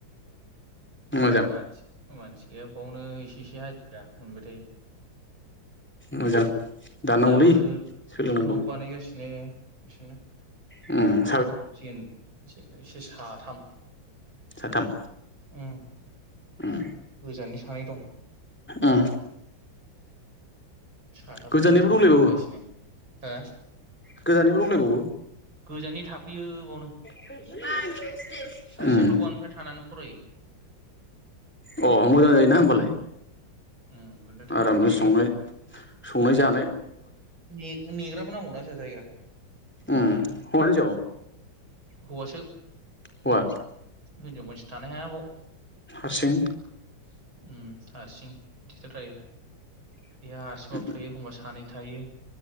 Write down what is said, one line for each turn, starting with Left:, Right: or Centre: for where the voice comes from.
Centre: मोजां
Right: मानसि मानसि गैया ब नै इसे इसे दा मोनबाय थायो
Centre: मोजां दाननांगौलै
Right: दाबो
Centre: सोलोंनांगौ
Right: न' बानायगासिनो बिसोरनो
Centre: ओम
Right: जेन जेन एसे साथाम
Centre: साथाम
Right: उम
Centre: उम
Right: गोजाननि सानै दं
Centre: उम
Right: साथामजोंनो
Centre: गोजाननिबो
Right: होगासिनो
Centre: दंलायबावो
Right: हो
Centre: गोजाननिबो दंलायबावो
Right: गोजाननि थाफैयो बावनो
Centre: <inaudible> उम
Right: सासेयाथ' बावनिफ्राय थानानै फरायो
Centre: अ मोजां जायोना होमबालाय
Right: उम बेनिफ्राय थाना
Centre: आरामनो
Right: फरायबाय
Centre: संनाय संनाय जानाय
Right: ने नेग्रा नांगौना जा जायगाखौ
Centre: ओ हौवा हिनजाव
Right: हौवासो
Centre: हौवा
Right: हिनजाव मानसि थानो हाया बाव
Centre: हारसिं
Right: उम हारसिं <unintelligible>
Centre: <inaudible>
Right: हारसिंबाबो थायो एखमबा सानै थायो